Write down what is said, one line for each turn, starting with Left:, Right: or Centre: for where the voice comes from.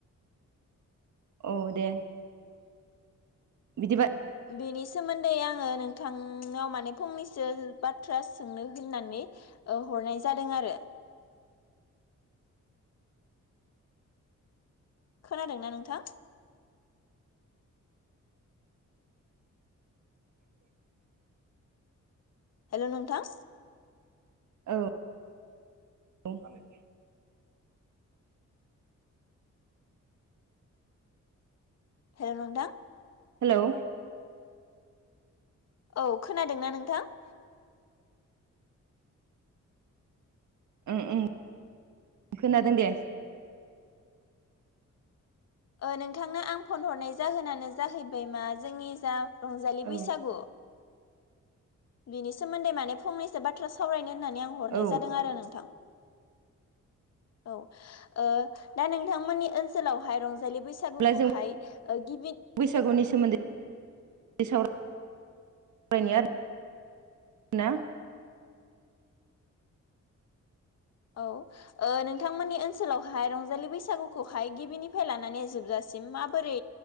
Right: औ दे। बिदिबा
Left: बेनि सोमोन्दै आङो नोंथांनाव माने फंनैसो बाथ्रा सोंनो होननानै ओ हरनाय जादों आरो। खोनादोंना नोंथां?
Right: <inaudible>
Left: हेल' नोंथां
Right: औ
Left: हेल' नोंथां
Right: हेलौ
Left: औ खोनादोंना नोंथां?
Right: उम उम खोनादों दे।
Left: ओ नोंथांनो आं फनहरनाय जाहोनानो जाहैबाय मा जोंनि जा रंजालि
Right: औ
Left: बैसागु बिनि सोमोन्दै माने फंनैसो बाथ्रा सावरायनो होननानै आं हरनाय
Right: औ
Left: जादों आरो नोंथां। औ ओ दा नोंथांमोननि ओनसोलावहाय रंजालि बै सागुखौहाय
Right: अब्ला जों
Left: ओ गिबि
Right: बैसागुनि सोमोन्दै साव रायनि आरोना।
Left: औ। ओ नोंथांमोननि ओनसोलावहाय रंजालि बैसागुखौहाय गिबिनिफाय लानानै जोबजासिम माबोरै